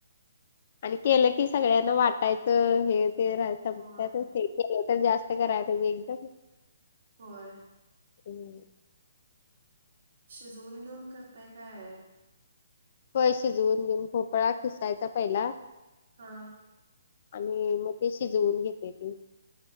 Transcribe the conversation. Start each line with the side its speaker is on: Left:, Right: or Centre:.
Left: आणि केलं की सगळ्यांना वाटायचं हे ते संपण्याची
Right: होय
Left: ते. एक तर जास्त करायला पाहिजे एकदम,
Right: होय.
Left: हूं...
Right: शिजवून घेऊन करताय काय,
Left: व्हय शिजवून घेऊन, भोपळा खिसायचा पहिला.
Right: हा
Left: आणि मग ते शिजवून घेत्याती.